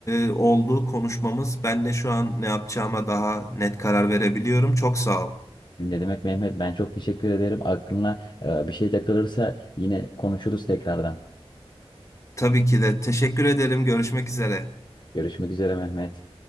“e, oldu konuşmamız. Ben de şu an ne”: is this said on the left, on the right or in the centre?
Left